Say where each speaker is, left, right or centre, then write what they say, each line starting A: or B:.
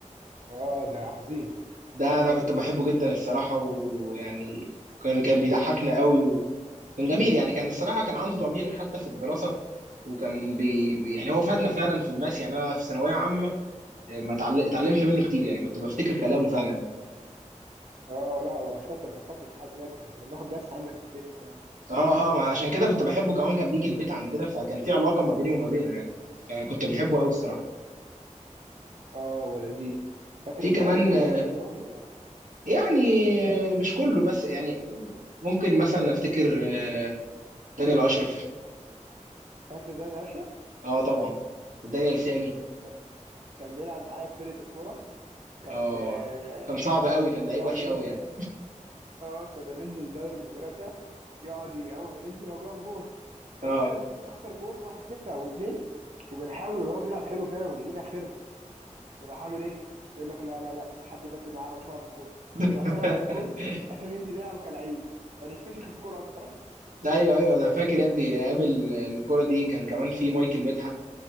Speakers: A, on the right; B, on the right.
A: اه ده عظيم
B: ده انا كنت بحبه جدا الصراحة ويعني كان كان بيضحكنا قوي وكان جميل يعني كان الصراحة كان عنده ضمير حتى في الدراسة وكان بي بي- يعني هو فادنا فعلا في الماس يعني انا في ثانوية عامة آه، ما اتعل- اتعلمت منه كتير يعني كنت بفتكر كلامه فعلا
A: اه لا هو شاطر انا فاكره لحد دلوقتي احنا كنا بناخد درس عندك في البيت كمان
B: اه اه ما عشان كده كنت بحبه كمان كان بيجي البيت عندنا فكان في علاقه ما بيني وما بينه يعني فكنت بحبه قوي الصراحه
A: اه ولذيذ فاكر
B: في
A: العيال
B: كمان
A: اللي كانوا
B: آه،
A: معانا كلهم ولا
B: يعني آه، مش كله بس يعني ممكن مثلا افتكر آه، دانيال اشرف
A: فاكر ده انا اشرف
B: اه طبعا دانيال سامي
A: كان كان بيلعب معايا في فرقه الكوره كان
B: اه
A: آه،
B: كان صعب قوي كان لعيب
A: يقعد
B: وحش
A: ينزل
B: قوي يعني
A: اه كنا ننزل دوري المدرسه يقعد ي- اول ما ننزل هو بيقف جون فمثلا
B: اه
A: نخسر جون 1-0 او 2 وبنحاول اللي هو بنلعب حلو فعلا وجايبين اخرنا يروح عامل ايه؟ يقول لك لا لا لا حد يبدل معانا مش هقف جون ويروح
B: <laughs>
A: طالع من الجون عشان ينزل يلعب كلعيب فنتفشخ سكور اكتر
B: ايوه ايوه انا فاكر يا ابني ايام ال- الكره دي كان كمان في مايكل مدحت